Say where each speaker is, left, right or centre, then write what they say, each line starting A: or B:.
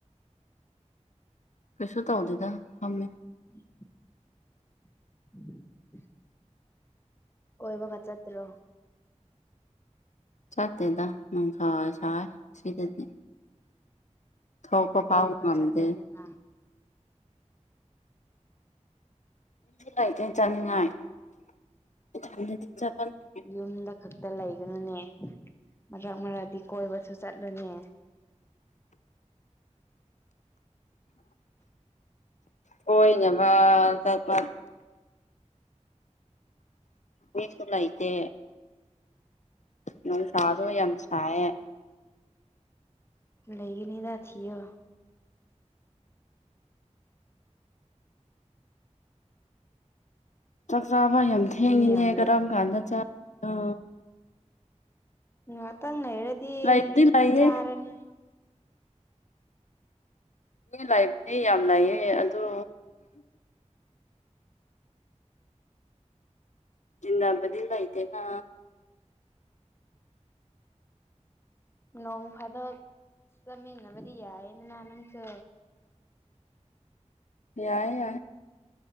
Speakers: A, on the left; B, on the left.
A: ꯀꯩꯁꯨ ꯇꯧꯗꯦꯗ ꯐꯝꯃꯤ
B: <inaudible> <inaudible> ꯀꯣꯏꯕꯒ ꯆꯠꯇ꯭ꯔꯣ
A: ꯆꯠꯇꯦꯗ ꯅꯨꯡꯁꯥ ꯁꯥꯏ ꯁꯤꯗꯗꯤ ꯊꯣꯛꯄ ꯐꯥꯎ
B: ꯀꯣꯏꯕꯒ
A: ꯉꯝꯗꯦ
B: ꯆꯠꯂꯣꯗꯅ
A: <unintelligible>
B: ꯌꯨꯝꯗ ꯈꯛꯇ ꯂꯩꯒꯅꯨꯅꯦ ꯃꯔꯛ ꯃꯔꯛꯇꯤ ꯀꯣꯏꯕꯁꯨ ꯆꯠꯂꯨꯅꯦ
A: ꯀꯣꯏꯅꯕ ꯆꯠꯄ ꯃꯤꯁꯨ ꯂꯩꯇꯦ ꯅꯨꯡꯁꯥꯁꯨ ꯌꯥꯝ ꯁꯥꯏꯌꯦ
B: ꯂꯩꯒꯅꯤꯗ ꯊꯤꯌꯣ
A: ꯆꯥꯛ ꯆꯥꯕ ꯌꯥꯝ ꯊꯦꯡꯉꯤꯅꯦ
B: ꯃꯤ ꯌꯥꯝ
A: ꯀꯔꯝ ꯀꯥꯟꯗ ꯆꯗꯣꯏꯅꯣ
B: ꯉꯥꯇꯪ ꯂꯩꯔꯗꯤ
A: ꯂꯩꯕꯨꯗꯤ ꯂꯩꯌꯦ
B: ꯆꯥꯔꯅꯤ
A: ꯃꯤ ꯂꯩꯕꯗꯤ ꯌꯥꯝ ꯂꯩꯌꯦ ꯑꯗꯨ ꯇꯤꯟꯅꯕꯗꯤ ꯂꯩꯇꯦꯅ
B: ꯅꯣꯡ ꯐꯥꯗꯣꯛ ꯆꯞꯃꯤꯟꯅꯕꯗꯤ ꯌꯥꯏꯌꯦꯗꯅ ꯅꯪꯁꯨ
A: ꯌꯥꯏ ꯌꯥꯏ